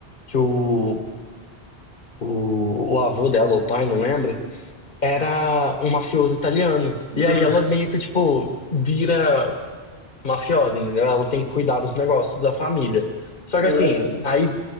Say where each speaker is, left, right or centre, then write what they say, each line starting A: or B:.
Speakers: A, on the left; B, on the left.
A: que o, o, o avô dela, ou o pai, não lembro, era um mafioso italiano. E
B: ah,
A: aí ela meio que, tipo, vira. mafiosa, entendeu? Ela tem que cuidar dos negócios da família. Só
B: ela
A: que assim,
B: sim.
A: aí,